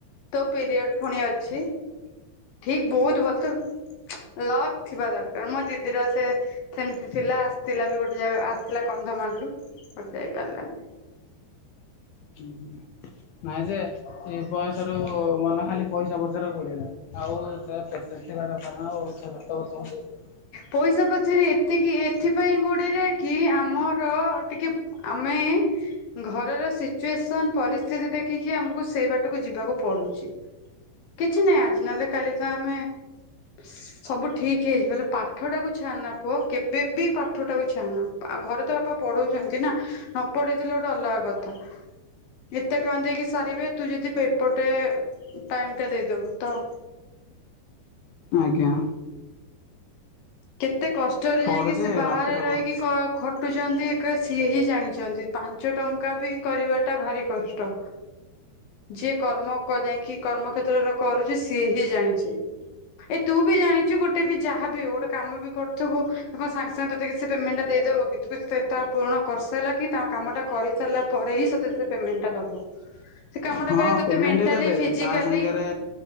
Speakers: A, on the left (about 65°); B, on the left (about 85°).
A: ତୋ ପିରିୟଡ୍ ଫୁଣି ଅଛି। ଠିକ ବହୁତ ଭଲ ତୋ ଲକ୍ ଥିବା ଦରକାର ମୋ ଦିଦିର ସେ ସେମିତି ଥିଲା ଆସିଥିଲା ବି ଗୋଟେ ଜାଗା ଆସିଥିଲା କନ୍ଧମାଳରୁ ବଟ୍ ଯାଇପାରିଲାନି।
B: ହୁଁ। ନାଇଁ ଯେ ଏ ବୟସ ରୁ ମନ ଖାଲି ପଇସା ପଛରେ ଗୋଡ଼େଇଲାଣି ଆଉ ତା ପେସେନସେ ଥିବା ଦରକାର ନା ଆଉ ଛ ସାତ ବର୍ଷ ଖଣ୍ଡେ
A: ପଇସା ପଛରେ ଏତିକି ଏଥି ଏଥି ପାଇଁ ଗୋଡେଇଲେ କି ଆମର ଟିକେ ଆମେ ଘରର ସିଚୁଏସନ ପରିସ୍ଥିତି ଦେଖିକି ଆମକୁ ସେଇ ବାଟକୁ ଯିବାକୁ ପଡୁଚି। କିଛି ନାଇ ଆଜି ନ ହେଲେ କାଲି ତ ଆମେ ସବୁ ଠିକ୍ ହେଇଯିବ। ପାଠଟାକୁ ଛାଆନା ପୁଅ କେବେ ବିି ପାଠଟାକୁ ଛା ନା ଆଉ ଘରେ ତ ବାପା ପଢ଼ଉଛନ୍ତି ନା। ନ ପଢେଇଥିଲେ ଗୋଟେ ଅଲଗା କଥା। ଏତେ ଟଙ୍କା ଦେଇକି ସାରିବେ ତୁ ଯଦି ପେପରଟେ ଟାଇମ ଟା ଦେଇଦବୁ ତ।
B: ଆଜ୍ଞା।
A: କେତେ କଷ୍ଟରେ
B: ପଢୁଛି
A: ଯାଇକି ସେ ବାହାରେ
B: ରାତିରେ
A: ରହିକି
B: ପଢୁଛି।
A: କ ଖଟୁଚନ୍ତି ଏକା ସିଏ ହିଁ ଜାଣିଚନ୍ତି ପାଞ୍ଚଟଙ୍କା ବି କରିବା ଟା ଭାରି କଷ୍ଟ। ଯିଏ କର୍ମ କ କାଇଁକି କର୍ମକ୍ଷେତ୍ର ରେ କରୁଚି ସିଏ ହିଁ ଜାଣିଚି। ଏ ତୁ ବି ଜାଣିଛୁ ଗୋଟେ ବି ଯାହାବି ହଉ ଗୋଟେ କାମ ବି କରିଥିବୁ। ତୁ କଣ ସାଙ୍ଗେ ସାଙ୍ଗେ ତତେ କିଛି ପେମେଣ୍ଟଟା ଦେଇଦେବ କି ତୁ ତା ପୂରଣ କରି ସାଇଲା କି ତାଙ୍କ କାମ ଟା କରିସାରିଲା ପରେ ହି ସେ ତତେ ପେମେଣ୍ଟଟା ଦବ। ସେ କାମ ଟା
B: ହଁ
A: କରିବା ତତେ
B: ପେମେଣ୍ଟ
A: ମେଣ୍ଟାଲି
B: ଦେବେ
A: ଫିଜିକାଲି
B: ତା ସାଙ୍ଗରେ